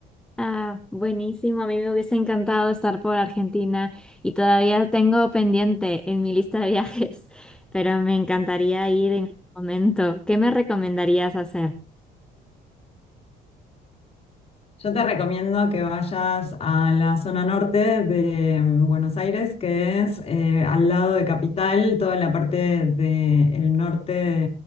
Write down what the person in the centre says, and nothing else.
Ah, buenísimo. A mí me hubiese encantado estar por Argentina y todavía tengo pendiente en mi lista de viajes, <laughs> pero me encantaría ir en algún momento. ¿Qué me recomendarías hacer?